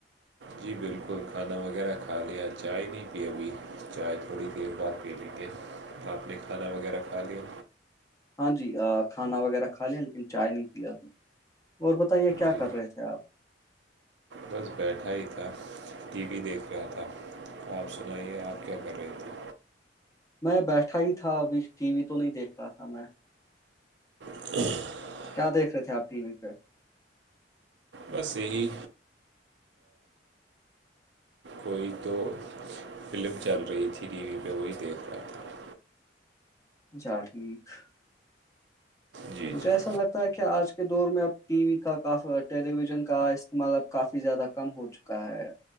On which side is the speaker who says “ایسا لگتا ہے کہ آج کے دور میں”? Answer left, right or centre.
Left